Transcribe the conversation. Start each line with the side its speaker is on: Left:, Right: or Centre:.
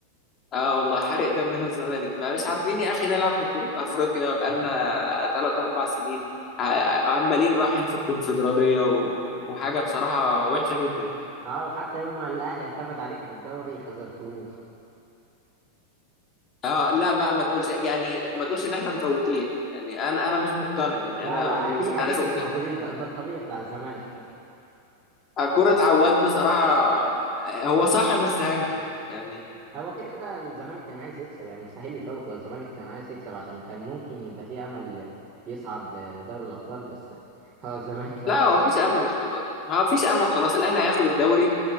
Left: اه والله حرق دمنا الزمالك ما مش عارفين يا اخي نلعب في بطولة افريقيا بقالنا
Right: <laughs>
Left: ثلاث اربع سنين ع- عمالين رايحين في الكونفدرالية و... وحاجة بصراحة وحشة جدا
Right: اه وحتى يوم ما الاهلي اعتمد عليكم في الدوري خذلتوه
Left: اه لا بقى ما تقولش يعني ما تقولش ان احنا مفوتين يعني انا انا مش مقتنع يعني
Right: لا
Left: انا
Right: لا اكيد
Left: مش-
Right: اكيد
Left: انا زعلان
Right: مش موجودين ده, ده الطبيعي بتاع الزمالك
Left: <laughs> كرة عواد بصراحة هو صح بس هنكر يعني
Right: هو كده كده الزمالك كان عايز يكسب يعني مستحيل يفوت هو الزمالك كان عايز يكسب عشان كان ممكن يبقى فيه امل يصعد لدوري الابطال بس هو الزمالك <laughs> ده
Left: لا هو مفيش امل خلاص ما هو مفيش امل خلاص الاهلي هياخد الدوري